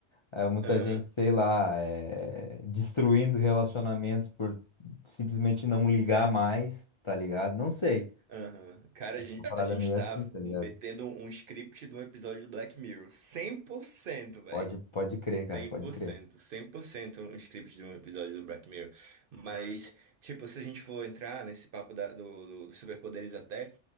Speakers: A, on the left (about 50°); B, on the right (about 55°).
A: eh, muita
B: Aham,
A: gente, sei lá, eh, destruindo relacionamentos por simplesmente não ligar mais, tá ligado? Não sei.
B: aham. Cara, a gente,
A: Uma parada
B: a gente
A: meio
B: tá
A: assim, tá ligado?
B: metendo um script de um episódio do Black Mirror. cem por cento, velho.
A: Pode, pode crer, cara,
B: cem
A: pode
B: cem por
A: crer.
B: cento, cem por cento um script de um episódio do Black Mirror. Mas, tipo, se a gente for entrar nesse papo da- do, do- dos superpoderes até,